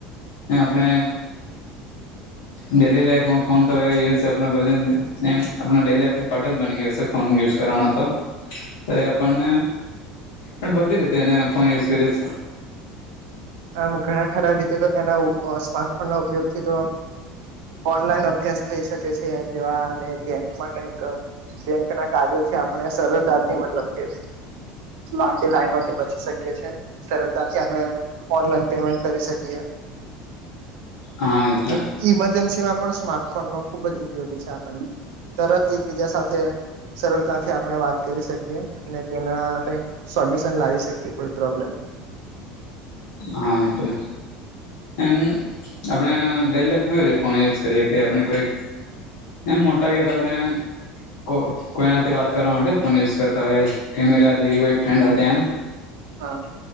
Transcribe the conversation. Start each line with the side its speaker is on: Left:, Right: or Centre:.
Left: ને આપણે ડેલી લાઈફમાં ફોન તો એ યુઝ એ આપણા રોજિંદ એમ ડેલી લાઈફ નો પાર્ટ જ બની ગયો સે ફોન યુઝ કરવાનો તો. તો એ આપણ ને બધી રીતે એને ફોન યુઝ કરીએ છે.
Right: આમ ઘણા ખરા રીતે તો એના ઉ આ સ્માર્ટફોન ના ઉપયોગથી તો ઓનલાઈન અભ અભ્યાસ થઈ શકે છે જેવા ને બેંક માં કઈક બેંક ના કાર્યો છે આપણે સરળતાથી મતલબ કે લાંબી લાઈનોથી બચી શકીએ છીએ સરળતાથી આપણે ઓનલાઈન પેમેન્ટ કરી શકીએ.
Left: હા મિત્ર
Right: એ ઈમરજન્સી માં પણ સ્માર્ટફોન નો ખુબ જ ઉપયોગી છે આપણને. તરત એકબીજા સાથે સરળતાથી આપણે વાત કરી શકીએ અને તેના કંઈક સોલ્યુશન લાવી શકીએ કોઈ પ્રોબ્લેમ
Left: હા મિત્ર. એમ આપણેે ડેલી લાઈફ <unintelligible> ફોન યુઝ કરીએ કે આપણે કોઈક એમ મોટા ગયા તો આપને કો કોઈનાથી વાત કરવા માટે ફોન યુઝ કરતા હોય. ફેમિલી આતે કે ભઈ કોઈ ફ્રેન્ડ આતે એમ
Right: હા.